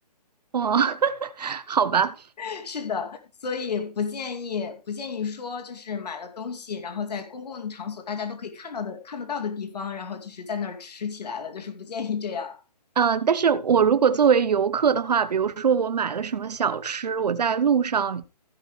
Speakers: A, on the right; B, on the left.
A: <laughs> 哇，<laughs> 好吧。
B: <laughs> 是的，所以不建议不建议说就是买了东西，然后在公共场所大家都可以看到的看得到的地方，然后就是在那儿吃起来了，就是不建议这样。
A: 嗯，但是我如果作为游客的话，比如说我买了什么小吃，我在路上